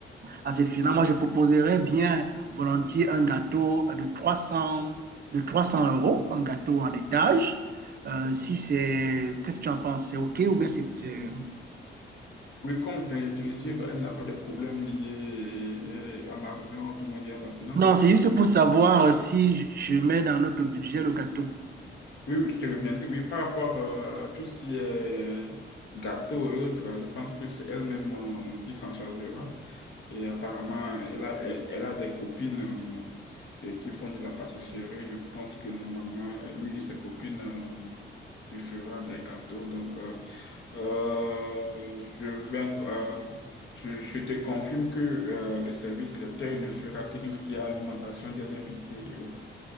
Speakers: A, on the right; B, on the left.
A: à ces finales, moi, je proposerais bien volontiers un gâteau de 300, de 300 euros, un gâteau en étage. Euh, si c'est... Qu'est-ce que tu en penses? C'est OK ou bien c'est... c'est-
B: Oui, comme je viens de te le dire, elle n'a pas de problème lié euh, à l'argent, tout le monde dit à la finance.
A: Non, c'est juste pour savoir euh, si je mets dans notre budget le gâteau.
B: Oui, oui, je te reviendrai. Oui, par rapport euh, à tout ce qui est gâteau et autres, je pense que c'est elle-même euh, qui s'en chargera. Et apparemment, elle a, elle, elle a des copines euh, et qui font de la pâtisserie. Je pense que normalement, euh, une de ses copines euh, lui fera des gâteaux. Donc, euh, euh, je vais, euh, je, je te confirme que euh, le service traiteur ne fera que tout ce qui est alimentation des invités et autres.